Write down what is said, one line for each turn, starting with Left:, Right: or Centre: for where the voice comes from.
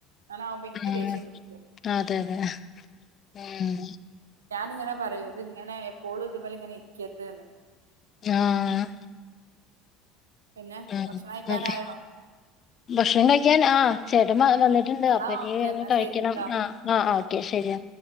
Right: അങ്ങനെആവുമ്പോ ഇനിക്ക്
Left: ഉം
Right: ദേഷ്യം പിടിക്കും
Left: അതെ അതെ ഉം
Right: ഞാൻ ഇങ്ങനെ പറയും ഇത് ഇങ്ങനെ എപ്പോഴും ഇതുമ്മലിങ്ങനെ ഇരിക്കരുതന്ന്
Left: ആഹ്
Right: പിന്നെ
Left: ആഹ്
Right: ഭക്ഷണം കഴിക്കാനായോ
Left: അതെ ഭക്ഷണം കഴിക്കാൻ ആഹ് ചേട്ടൻ വന്നിട്ടുണ്ട്
Right: എന്നാ
Left: അപ്പൊ
Right: ഓക്കെ
Left: ഇനി
Right: എന്നാ
Left: കഴിക്കണം
Right: ശരിട്ടോ
Left: ആഹ് ആഹ് ഓക്കെ ശരിയ